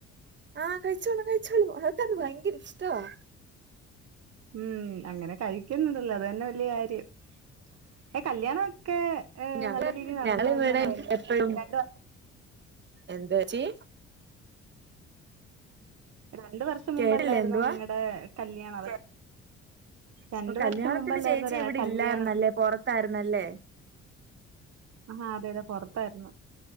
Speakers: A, on the right; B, on the right.
A: ആഹ് കഴിച്ചോളും കഴിച്ചോളും അവക്കത് ഭയങ്കര ഇഷ്ടവാ
B: ഉം അങ്ങനെ കഴിക്കുന്നുണ്ടല്ലോ അത് തന്നെ വലിയ കാര്യം ഏ കല്യാണൊക്കെ ഏഹ്
A: ഞ
B: നല്ല രീതിയിൽ നടന്നായിരുന്നല്ലോ
A: ഞങ്ങള് ഇവിടെ
B: അല്ലേ
A: എപ്പഴും
B: രണ്ട്
A: എന്തുവാച്ചി
B: രണ്ട് വർഷം
A: കേട്ടില്ല
B: മുമ്പല്ലരുന്നോ
A: എന്തുവാ
B: നിങ്ങളടെ കല്യാണം രണ്ട്
A: അപ്പൊ കല്യാണത്തിന്
B: വർഷം മുമ്പല്ലായിരുന്നോ
A: ചേച്ചി
B: ഒരാ
A: ഇവിടെ
B: കല്യാണം
A: ഇല്ലായിരുന്നല്ലേ പുറത്തായിരുന്നല്ലേ
B: ആഹ് അതെ അതെ പൊറത്തായിരുന്നു